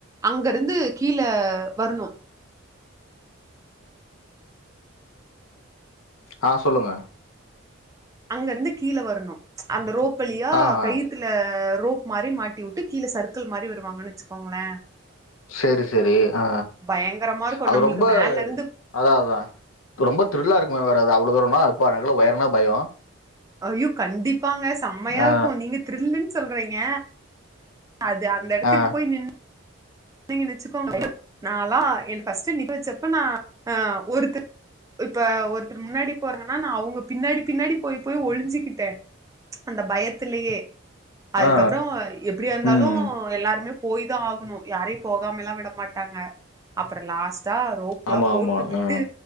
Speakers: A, on the right (about 15°); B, on the left (about 85°).
A: அங்கருந்து கீழ வர்னு
B: ஆ சொல்லுங்க
A: அங்க இருந்து கீழே வர்னு அந்த ரோப்பலியா
B: ஆ ஆ
A: கை த்துல மாட்டி உட்டு கீழே சரக்கிள் மாரி வருவாங்கனு வச்சுக்கோங்ளே
B: சேரி சேரி ஆ
A: பயங்கரமா இருக்கு
B: அது
A: நம்மளுக்கு
B: ரொம்ப
A: மேல இருந்து
B: அதா அதா ரொம்ப த்ரில்லா இருக்குமே வேறது அவ்ளோ தூரனா அப்ப அ எனக்குலா உயரனா பயோ
A: ஐயோ கண்டிப்பாங்க செம்மையா
B: ஆ
A: இருக்கு நீங்க திரில்லுன்னு சொல்றீங்க அது அ இந்த இடத்துக்கு
B: ஆ
A: போய் நின் னிங்க வச்சுக்கோங்கள நாலா எனக்கு ஃபஸ்ட் நிக்கவச்சப்ப நா ஆ ஒருத்த இப்ப ஒருத்தர் முன்னாடி போறான்னா நா அவுங்க பின்னாடி பின்னாடி போய் போய் ஒழிஞ்சுக்கிட்டே அந்த பயத்திலேயே அதுக்கப்றோ
B: ஆ
A: எப்டியா இருந்தாலு
B: ம்
A: எல்லாருமே போய் தா ஆகணு யாரையு போகாம எல்லா விட மாட்டாங்க அப்றோ லாஸ்ட்டா ரோப் எல்லா
B: ஆமா
A: போட்டு
B: ஆமா
A: விட்டு
B: ஆ